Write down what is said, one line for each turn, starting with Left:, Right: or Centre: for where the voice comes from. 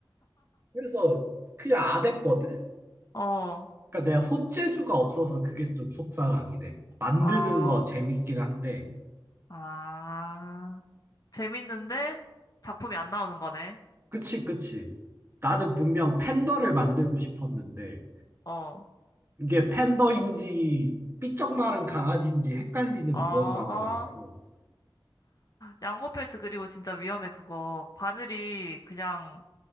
Right: 그래서 그냥 안 했거든?
Left: 어.
Right: 그러니까 내가 손재주가 없어서 그게 좀 속상하긴 해. 만드는
Left: 아,
Right: 거 재밌긴 한데
Left: 아, 재밌는데 작품이 안 나오는 거네.
Right: 그치, 그치. 나는 분명 팬더를 만들고 싶었는데,
Left: 어,
Right: 이게 팬더인지 삐쩍 마른 강아지인지 헷갈리는
Left: 어, 어.
Right: 무언가가 나와서,
Left: 양모펠트 그리고 진짜 위험해 그거. 바늘이 그냥